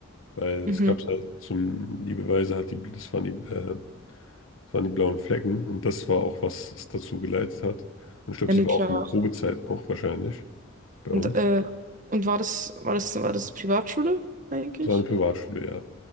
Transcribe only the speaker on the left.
weil
es gab halt zum, die Beweise halt, die, das waren die, äh, das waren die blauen Flecken und das war auch, was es dazu geleitet hat. Und ich glaube,
sie
war
auch in der Probezeit noch wahrscheinlich bei
uns.
Das war eine Privatschule, ja.